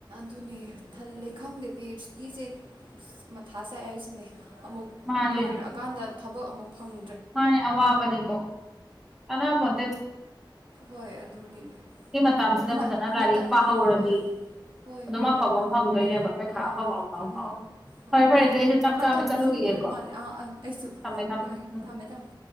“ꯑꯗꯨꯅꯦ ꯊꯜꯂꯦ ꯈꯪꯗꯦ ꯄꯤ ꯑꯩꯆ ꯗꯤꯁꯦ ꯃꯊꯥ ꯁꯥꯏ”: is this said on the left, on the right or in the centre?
Right